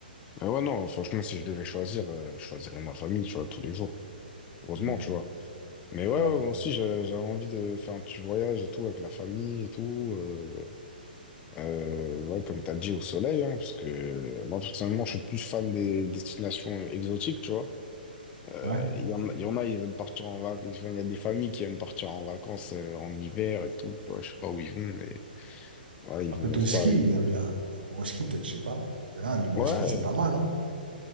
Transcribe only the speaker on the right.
Mm.
Ouais.
Ouais.
Ah,
peut-être
au
ski,
ils aiment bien. Au ski, peut-être, je sais pas. Mais là, le, le
ski, c'est pas mal, hein?